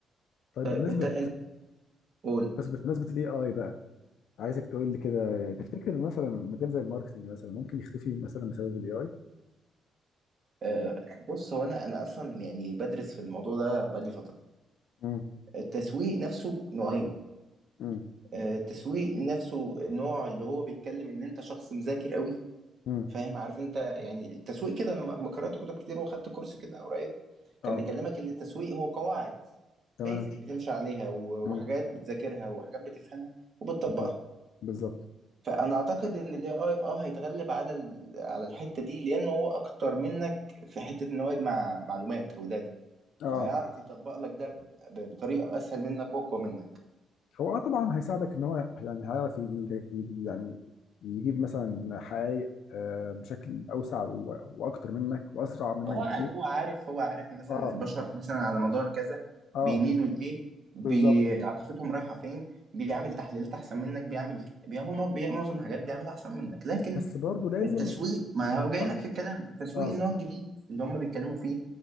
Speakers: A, on the left; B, on the right.
A: طيب
B: طيب
A: بمناسبه
B: انت انت قول
A: بمناسبه بمناسبه الاي اي بقى عايزك تقول لي كده تفتكر مثلا مجال زي الماركتنج مثلا ممكن يختفي مثلا بسبب الاي اي
B: آه، بص هو انا انا اصلا يعني بدرس في الموضوع ده بقالي فتره
A: امم
B: التسويق نفسه نوعين
A: امم
B: آه، التسويق نفسه نوع اللي هو بيتكلم ان انت شخص مذاكر قوي
A: امم
B: فاهم عارف انت يعني التسويق كده انا لما قرات كتب كتير واخدت كورس كده قريب كان
A: اه
B: بيكلمك ان التسويق هو قواعد
A: تمام
B: بيزك بتمشي عليها و-
A: امم
B: وحاجات بتذاكرها وحاجات بتفهمها وبتطبقها
A: بالظبط بالظبط
B: فانا اعتقد ان الاي اي اه هيتغلب على ال... على الحته دي لان هو اكتر منك في حته ان هو يجمع معلومات او داتا
A: اه
B: فهيعرف يطبق لك ده ب... بطريقه اسهل منك واقوى منك
A: هو آه طبعا هيساعدك ان هو يعني هيعرف ي- ي- ي- يعني يجيب مثلا حقائق آه، بشكل اوسع و- واكتر منك واسرع منك
B: هو
A: بكتير
B: قاعد هو عارف هو عارف مثلا
A: اه
B: البشر مثلا على مدار كذا
A: اه
B: بيميلوا لايه بي-
A: بالظبط
B: عاطفتهم رايحه فين بيعمل تحليلات احسن منك بيعمل بي... هو مو- بي... معظم الحاجات بيعملها احسن منك لكن
A: بس برضه لازم
B: التسويق ما هو جاي
A: اه
B: لك في الكلام التسويق
A: اه
B: النوع الجديد اللي هم بيتكلموا فيه